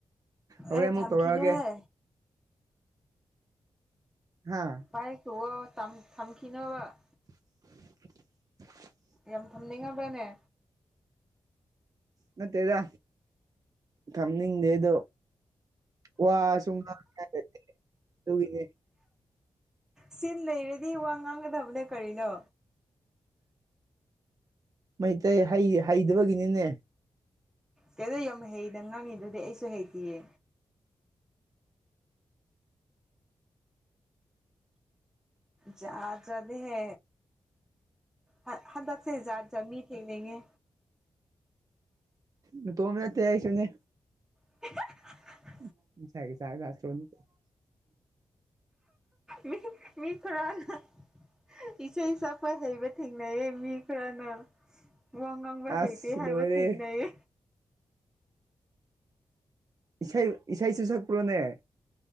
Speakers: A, on the right; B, in the centre.
A: ꯍꯣꯔꯦꯟ
B: ꯑꯦ
A: ꯑꯃꯨꯛ
B: ꯊꯝꯈꯤꯅꯨꯍꯦ
A: ꯇꯧꯔꯛꯑꯒꯦ ꯍꯥꯥ
B: <unintelligible> ꯇꯝ ꯊꯝꯈꯤꯅꯕ
A: <inaudible>
B: ꯌꯥꯝ ꯊꯝꯅꯤꯡꯉꯕꯅꯦ
A: ꯅꯠꯇꯦꯗ ꯊꯝꯅꯤꯡꯗꯦ ꯑꯗꯣ ꯋꯥ ꯁꯨꯝ <unintelligible> ꯑꯗꯨꯒꯤꯅꯦ
B: ꯁꯤꯟ ꯂꯩꯔꯗꯤ ꯋꯥ ꯉꯥꯡꯒꯗꯕꯅꯦ ꯀꯔꯤꯅꯣ
A: ꯃꯩꯇꯩ ꯍꯩ ꯍꯩꯗꯕꯒꯤꯅꯤꯅꯦ
B: ꯀꯩꯗ ꯌꯥꯝ ꯍꯩꯅ ꯉꯥꯡꯉꯤꯗꯨꯗꯤ ꯑꯩꯁꯨ ꯍꯩꯇꯌꯦ ꯖꯥꯠ ꯖꯥꯠ ꯅꯦꯍꯦ ꯍꯠ ꯍꯟꯗꯛꯁꯦ ꯖꯥꯠ ꯖꯥꯠ ꯃꯤ ꯊꯦꯡꯅꯩꯌꯦ
A: ꯅꯥꯇꯣꯝ ꯅꯠꯇꯦ ꯑꯩꯁꯨꯅꯤ
B: <inaudible>
A: <unintelligible>
B: ꯃꯤ ꯃꯤ ꯈꯔꯅꯥ ꯏꯁꯩ ꯁꯛꯄ ꯍꯩꯕ ꯊꯦꯡꯅꯩꯌꯦ ꯃꯤ ꯈꯔꯅ ꯋꯥ ꯉꯪꯕ
A: ꯑꯁ
B: ꯍꯩꯇꯦ ꯍꯥꯏꯕ
A: ꯂꯣꯏꯔꯦ
B: ꯊꯦꯡꯅꯩꯌꯦ
A: ꯏꯁꯩ ꯏꯁꯩꯁꯨ ꯁꯛꯄ꯭ꯔꯣꯅꯦ